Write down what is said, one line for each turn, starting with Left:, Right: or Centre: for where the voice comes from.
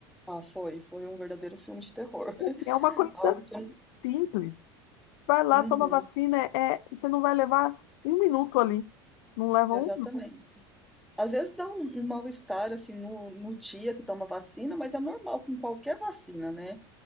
Centre: Ah, foi, foi um verdadeiro filme de terror. <laughs>
Left: Assim, é uma coisa
Centre: Algo que eu
Left: simples, Vai lá,
Centre: Uhum,
Left: toma vacina, é, é, você não vai levar um minuto ali. Não leva
Centre: exatamente.
Left: um.
Centre: Às vezes dá um, um mal-estar assim no, no dia que toma vacina, mas é normal com qualquer vacina, né?